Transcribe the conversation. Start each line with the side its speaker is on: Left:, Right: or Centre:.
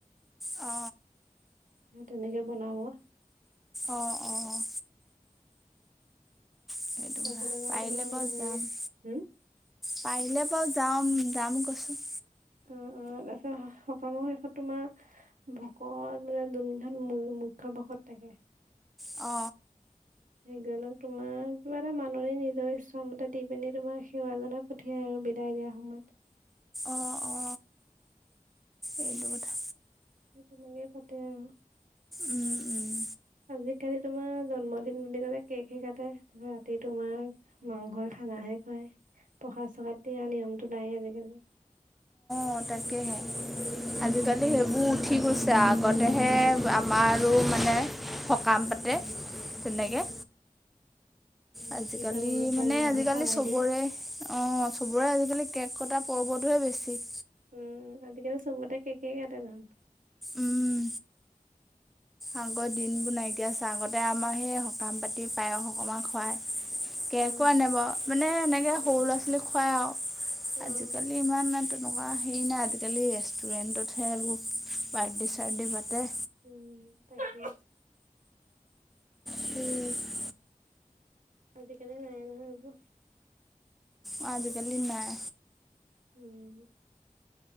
Centre: অ,
Right: সেই তেনেকে বনাব।
Centre: অ অ', সেইটো
Right: তাৰপিছত
Centre: কথা
Right: আকৌ
Centre: পাৰিলে
Right: তোমাৰ
Centre: বাৰু
Right: ভৰি
Centre: যাম,
Right: হম
Centre: পাৰিলে বাৰু যাম, যাম কৈছো।
Right: উম, উম, তাৰপিছত সকামৰ শেষত তোমাৰ। ভকত মানে দুইজন মুখ্য ভকত থাকে।
Centre: অ,
Right: সেইজনক তোমাৰ কিবা এটা, মানুৰে নিজৰ ইচ্ছামতে দি পিনি তোমাৰ সেৱাজক। পঠিয়াই আৰু বিদায় দিয়া সময়ত।
Centre: অ, অ, এইটো কথা।
Right: তেনেকেই পাতে আৰু।
Centre: উম উম
Right: আজিকালি তোমাৰ জন্মদিন বুলি ক'লে, কেকহে কাটে তাৰ ৰাতি তোমাৰ। মাংসই খানাহে খোৱাই, প্ৰসাদ-চসাদ দিয়া নিয়মটো নাই আজিকালি।
Centre: অ, তাকেহে আজিকালি সেইবোৰ উঠি গৈছে, আগতেহে আমাৰো মানে, সকাম পাতে তেনেকৈ।
Right: উম নাইবা
Centre: আজিকালি
Right: কীৰ্তন ঘৰত বা
Centre: মানে
Right: নামঘৰত
Centre: আজিকালি
Right: শৰাই
Centre: চবৰে-
Right: দিয়ে
Centre: অঁ চবৰে আজিকালি কেক কটা পৰ্বটোহে বেছি।
Right: উম' আজিকালি চবতে কেকেই কাটে দেখোন।
Centre: উম, আগৰ দিনবোৰ নাইকিয়া হৈছে। আগতে আমাৰ সেই সকাম পাতি পায়স অকমান খুৱায়। কেকো
Right: অ
Centre: আনে বাৰু মানে এনেকে সৰু ল'ৰা ছোৱালীক খুৱাই আও।
Right: অ',
Centre: আজিকালি ইমান এটোট- তেনেকুৱা হেৰি নাই আজিকালি ৰেষ্টুৰেণ্টতহে এইবোৰ বাৰদে চাৰদে পাতে।
Right: উম' তাকে।
Centre: উম'
Right: আতিকালি নাই নহয় এইবোৰ।
Centre: অঁ' আজিকালি নাই।
Right: উম'